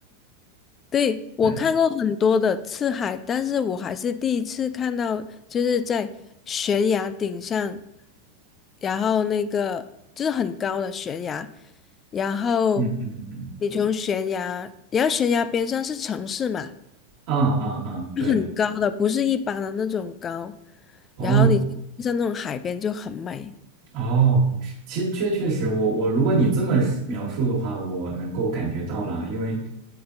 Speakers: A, on the left; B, on the right.
A: 对，我看过很多的次海，
B: 对，
A: 但是我还是第一次看到，就是在悬崖顶上，然后那个就是很高的悬崖，然后
B: 嗯嗯嗯，
A: 你从嗯悬崖，然后悬崖边上是城市嘛。
B: 啊啊啊，对，
A: 很高的，不是一般的那种高。
B: 哦
A: 然后你像那种海边就很美，
B: 哦，其实确确实我，我如果你这么描述的话，我能够感觉到了，因为。